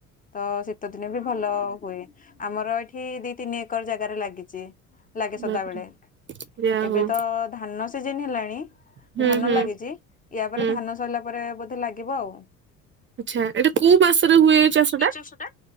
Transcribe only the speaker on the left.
ତ ଶୀତ ଦିନେବି ଭଲ ହୁଏ, ଆମର ଏଇଠି ଦିତିନି ଏକର ଜାଗାରେ ଲାଗିଚି। ଲାଗେ ସଦାବେଳେ
ଏବେତ
ଧାନ ସିଯିନି ହେଲାଣି
ଧାନ
ଲାଗିଚି ୟା ପରେ
ଧାନ ସରିଲା ପରେ ବୋଧେ ଲାଗିବ ଆଉ।
ଚାଷଟା